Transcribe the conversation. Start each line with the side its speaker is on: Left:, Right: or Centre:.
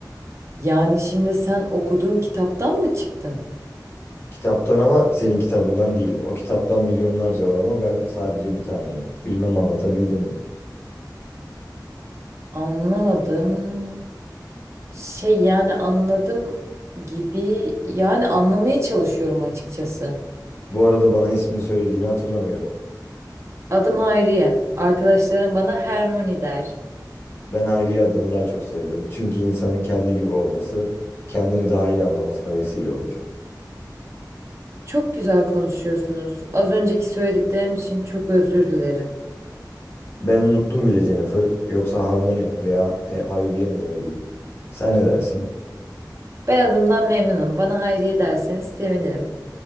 Right: Yani şimdi sen okuduğum kitaptan mı çıktın?
Left: Kitaptan ama senin kitabından değil. O kitaptan milyonlarca var ama ben sadece bir taneyim. Bilmem anlatabildim mi?
Right: Anlamadım. Şey yani anladım gibi yani anlamaya çalışıyorum açıkçası.
Left: Bu arada bana ismini söylediğini hatırlamıyorum.
Right: Adım Hayriye. Arkadaşlarım bana Hermione der.
Left: Ben Hayriye adını daha çok sevdim. Çünkü insanın kendi gibi olması kendini daha iyi anlamasına vesile olur.
Right: Çok güzel konuşuyorsunuz. Az önceki söylediklerim için çok özür dilerim.
Left: Ben unuttum bile Jennifer. Yoksa Harmony veya He- Hayriye mi demeliyim? Sen ne dersin?
Right: Ben adımdan memnunum. Bana Hayriye derseniz sevinirim.